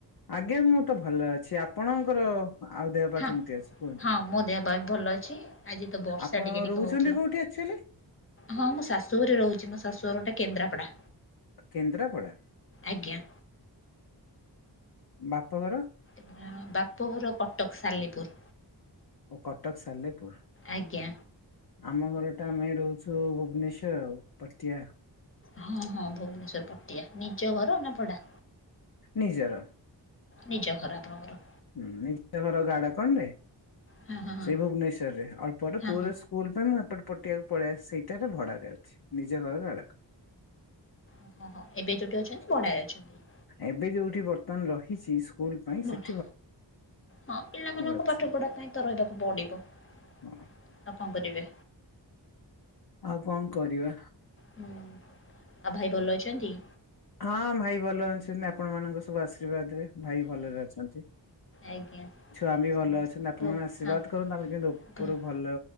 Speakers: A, on the left; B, on the left.
A: ଆଜ୍ଞା ମୁଁ ତ ଭଲରେ ଅଛି। ଆପଣଙ୍କର ଆଉ ଦେହ ପା
B: ହଁ
A: କେମିତି ଅଛି କୁହନ୍ତୁ?
B: ହଁ ମୋ ଦେହ ପା ବି ଭଲ ଅଛି। ଆଜି ତ ବର୍ଷା
A: ଆପଣ
B: ଟିକେ ଟିକେ
A: ରହୁଛନ୍ତି
B: ହୋଉଥିଲା।
A: କୋଉଠି ଆକ୍ଚୁଆଲି
B: ହଁ ମୁଁ ଶାଶୁଘରେ ରହୁଛି। ମୋ ଶାଶୁଘର ଟା କେନ୍ଦ୍ରାପଡ଼ା।
A: କେନ୍ଦ୍ରାପଡ଼ା?
B: ଆଜ୍ଞା।
A: ବାପଘର?
B: <unintelligible> ବାପଘର କଟକ ସାଲେପୁର।
A: ଓ କଟକ ସାଲେପୁର।
B: ଆଜ୍ଞା।
A: ଆମ ଘରଟା ଆମେ ରହୁଛୁ ଭୁବନେଶ୍ଵର ଆଉ ପଟିଆ।
B: ହଁ ହଁ ଭୁବନେଶ୍ଵର ପଟିଆ। ନିଜ ଘର ନା ଭଡ଼ା?
A: ନିଜର।
B: ନିଜ ଘର ଆପଣଙ୍କର?
A: ହୁଁ ନିଜ ଘର ଗାଡା କଣ ରେ
B: ହଁ ହଁ ହଁ
A: ସେଇ ଭୁବନେଶ୍ଵର ରେ ଅଳ୍ପବାଟ
B: ହଁ
A: ପୁରା
B: ହଁ।
A: ସ ସ୍କୁଲ ପାଇଁ ମୁଁ ଏପଟେ ପଟିଆ କୁ ପଳେଇ ଆସ୍ ସେଇଟାରେ ଭଡାରେ ଅଛି ନିଜ ଘର ଭଡାକୁ।
B: ଓହୋ ହୋ ଏବେ ଯୋଉଠି ଅଛନ୍ତି ଭଡାରେ ଅଛନ୍ତି?
A: ଏବେ ଯୋଉଠି ବର୍ତ୍ତମାନ ରହିଛି ସ୍କୁଲ ପାଇଁ
B: ଭଡ଼ା
A: ସେ
B: ହଁ ହଁ ପିଲାମାନଙ୍କ
A: ଅଛି
B: ପାଠ ପଢା ପାଇଁ ତ ରହିବାକୁ ପଡିବ। ଆଉ
A: ହଁ।
B: କଣ କରିବେ?
A: ଆଉ କଣ କରିବା।
B: ହୁଁ ଆଉ ଭାଇ ଭଲ ଅଛନ୍ତି?
A: ହଁ ଭାଇ ଭଲ ଅଛନ୍ତି ଆପଣ ମାନଙ୍କ ସବୁ ଆଶୀର୍ବାଦ ରେ ଭାଇ ଭଲରେ ଅଛନ୍ତି।
B: ଆଜ୍ଞା।
A: ଛୁଆ ବି
B: ସମସ୍ତଙ୍କ
A: ଭଲ ଅଛନ୍ତି ଆପଣମାନେ ଆଶୀର୍ବାଦ
B: ହଁ।
A: କରନ୍ତୁ ଆମେ କିମଟି ଉପରୁ
B: ଭ-
A: ଭଲ